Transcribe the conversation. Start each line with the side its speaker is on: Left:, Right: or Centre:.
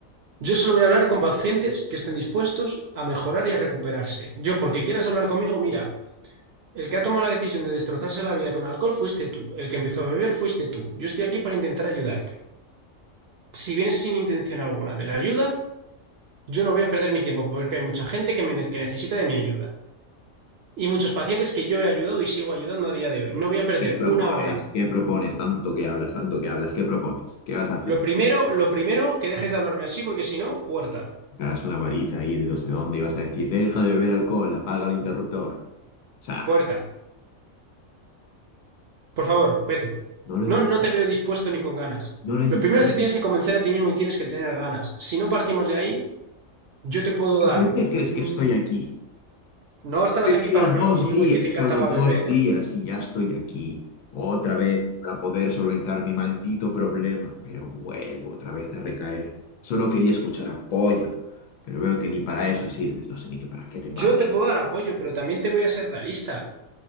Right: Yo solo voy a hablar con pacientes que estén dispuestos a mejorar y a recuperarse. Yo, porque quieras hablar conmigo, mira, el que ha tomado la decisión de destrozarse la vida con alcohol fuiste tú. El que empezó a beber fuiste tú. Yo estoy aquí para intentar ayudarte. Si vienes sin intención alguna de la ayuda, yo no voy a perder mi tiempo porque hay mucha gente que, me que necesita de mi ayuda. Y muchos pacientes que yo he ayudado y sigo ayudando a día de hoy. No voy a perder
Left: ¿Qué propones?
Right: una hora
Left: ¿Qué propones? Tanto que hablas, tanto que hablas, ¿qué propones? ¿Qué vas a hacer?
Right: Lo primero, lo primero, que dejes de hablarme así, porque si no, puerta,
Left: Sacarás una varita ahí de no sé dónde y vas a decir, deja de beber alcohol, apaga el interruptor. O sea,
Right: puerta. Por favor, vete.
Left: no lo, en-
Right: No, no te veo dispuesto ni con ganas.
Left: no lo entiendo.
Right: Lo primero te tienes que convencer a ti mismo y tienes que tener ganas. Si no partimos de ahí, yo te puedo
Left: ¿Y
Right: dar.
Left: ¿Por qué crees
Right: mm,
Left: que estoy aquí?
Right: No estabas
Left: He
Right: aquí
Left: vivido
Right: para hablar
Left: dos
Right: conmigo
Left: días,
Right: y que te encantaba
Left: solo dos
Right: beber.
Left: días y ya estoy aquí. Otra vez para poder solventar mi maldito problema, pero vuelvo otra vez a recaer. Solo quería escuchar apoyo, pero veo que ni para eso sirves. No sé ni que para qué te
Right: Yo
Left: pago.
Right: te puedo dar apoyo, pero también te voy a ser realista.